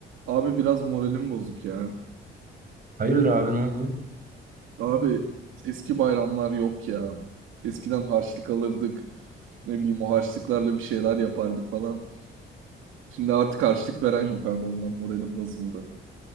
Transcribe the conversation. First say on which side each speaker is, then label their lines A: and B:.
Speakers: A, on the right; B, on the right.
A: Abi biraz moralim bozuk ya.
B: Hayırdır abi ne oldu?
A: Abi eski bayramlar yok ya. Eskiden harçlık alırdık. Ne bileyim o harçlıklarla bir şeyler yapardık falan. Şimdi artık harçlık veren yok abi ondan moralim bozuldu.